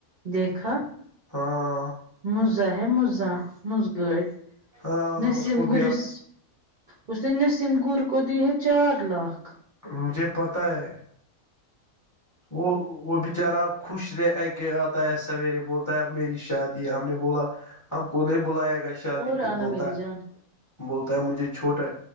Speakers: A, on the right; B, on the left.
A: دیکھا
B: ہاں
A: مزا ہے مزا مزگڑ
B: ہاں
A: نسم
B: اس کو
A: گرس
B: بھی اب
A: اس نے نسیم گر کو دی ہے چار لاکھ
B: مجھے پتہ ہے وہ وہ بچارہ آپ خوش رہے ا کے آتا ہے سویرے بولتا ہے اب میری شادی ہے ہم نے بولا ہم کو نہیں بلائے گا شادی
A: اور
B: پہ
A: آنا
B: بولتا
A: میری جان
B: بولتا ہے مجھے چھوٹا